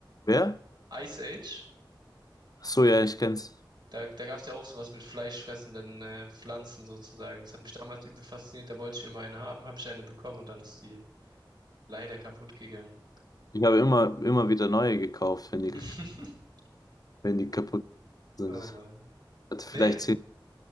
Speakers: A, on the left; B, on the right.
A: wer?
B: Ice Age?
A: Ach so, ja, ich kenn's.
B: Da, da gab es ja auch sowas mit fleischfressenden äh, Pflanzen sozusagen. Das hat mich damals übel fasziniert. Da wollte ich immer eine haben, habe ich eine bekommen und dann ist die leider kaputt gegangen.
A: Ich habe immer, immer wieder neue gekauft, wenn die,
B: <laughs>
A: wenn die kaputt sind.
B: Oh
A: Ich
B: Mann.
A: hatte vielleicht
B: Nee,
A: zehn.